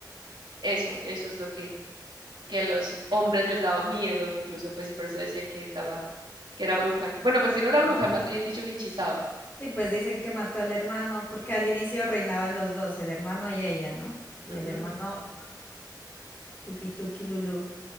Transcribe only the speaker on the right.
eso, eso es lo que, que a los hombres les daba miedo incluso, pues y por eso decían que estaba, que era bruja. Bueno, pues si no era
bruja, más bien dicho que hechizaba.
Ujú,